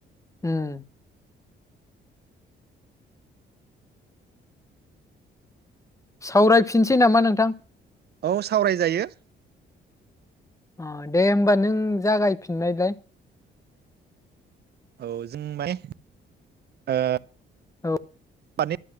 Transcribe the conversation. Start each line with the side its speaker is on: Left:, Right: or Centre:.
Left: हम सावरायफिनसै नामा नोंथां
Right: औ सावरायजायो
Left: अ दे होमबा नों जागायफिननायलाय
Right: औ जों माने ओ
Left: औ
Right: मानि